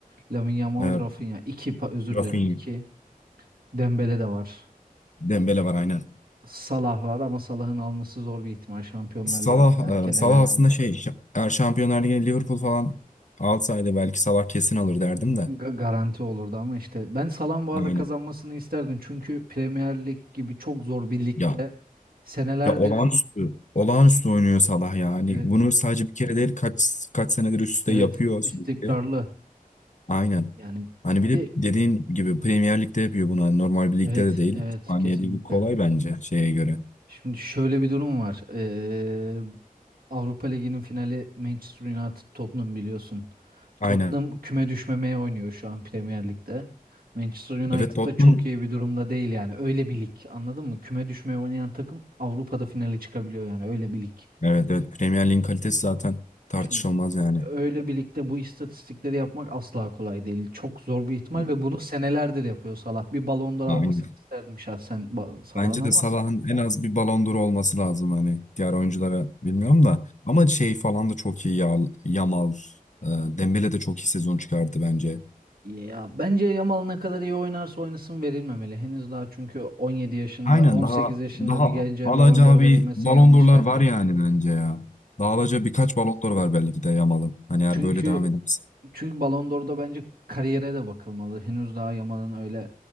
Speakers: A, on the right; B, on the left.
A: Lamine Yamal,
B: e,
A: Rafinha. 2 özür
B: Rafinha,
A: dilerim 2 Dembele de var.
B: Dembele var aynen.
A: Salah var ama Salah'ın alması zor bir ihtimal Şampiyonlar
B: Salah,
A: Ligi'nde erken
B: e, Salah
A: elendiği
B: aslında
A: için.
B: şey şa- eğer Şampiyonlar Ligi'ne Liverpool falan alsaydı belki Salah kesin alır derdim de.
A: Ga- garanti olurdu ama işte ben Salah'ın bu
B: Aynen.
A: arada kazanmasını isterdim. Çünkü Premier Lig gibi çok zor bir ligde
B: Ya
A: senelerdir
B: ya olağanüstü olağanüstü oynuyor Salah ya. Hani
A: evet
B: bunu sadece bir kere değil kaç kaç senedir üst üste
A: evet
B: yapıyor
A: istikrarlı
B: sürekli. Aynen.
A: yani
B: Hani bir
A: bir
B: de dediğin gibi Premier Lig'de yapıyor bunu. Hani normal bir ligde
A: evet
B: de değil.
A: evet
B: İspanya
A: kesinlikle.
B: Ligi kolay bence şeye göre.
A: Şimdi şöyle bir durum var. Ee, Avrupa Ligi'nin finali Manchester United Tottenham biliyorsun.
B: Aynen.
A: Tottenham küme düşmemeye oynuyor şu an Premier Lig'de. Manchester United
B: Evet Tottenham
A: da çok iyi bir durumda değil yani. Öyle bir lig anladın mı? Küme düşmeye oynayan takım Avrupa'da finale çıkabiliyor yani öyle bir lig.
B: Evet evet Premier Lig'in kalitesi zaten tartışılmaz
A: Şimdi
B: yani.
A: öyle bir ligde bu istatistikleri yapmak asla kolay değil. Çok zor bir ihtimal
B: Evet,
A: ve bunu senelerdir yapıyor Salah. Bir Ballon d'Or almasını
B: aynen.
A: isterdim şahsen Ba- Salah'ın
B: Bence
A: ama
B: de Salah'ın en az bir Ballon d'Or olması lazım hani diğer oyunculara bilmiyorum da ama şey falan da çok iyi ya Yamal, e, Dembele de çok iyi sezon çıkardı bence.
A: Ya bence Yamal ne kadar iyi oynarsa oynasın verilmemeli. Henüz daha çünkü 17 yaşında,
B: Aynen
A: 18
B: daha
A: yaşında
B: daha
A: bir gence
B: alacağı
A: Ballon d'Or
B: bir
A: verilmesi
B: Ballon
A: yanlış
B: d'Or'lar
A: bence.
B: var yani bence ya. Daha
A: Ya
B: alacağı birkaç Ballon d'Or var belki de Yamal'ın. Hani eğer
A: çünkü
B: böyle devam ederse.
A: çünkü Ballon d'Or'da bence kariyere de bakılmalı. Henüz daha Yamal'ın öyle